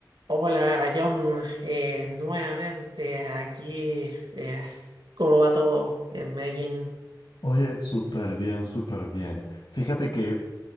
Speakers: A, on the right; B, on the left.
A: Hola, John, Eh, nuevamente aquí. eh, ¿cómo va todo en Medellín?
B: Oye, súper bien, súper bien. Fíjate que